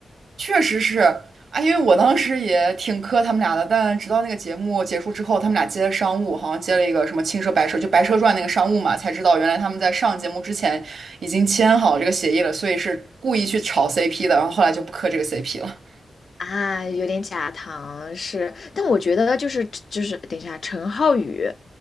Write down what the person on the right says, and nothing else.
确实是啊，因为我当时也挺磕他们俩的，但直到那个节目结束之后，他们俩接的商务，好像接了一个什么青蛇白蛇，就《白蛇传》那个商务嘛，才知道原来他们在上节目之前已经签好这个协议了，所以是故意去炒 CP 的，然后后来就不磕这个 CP 了。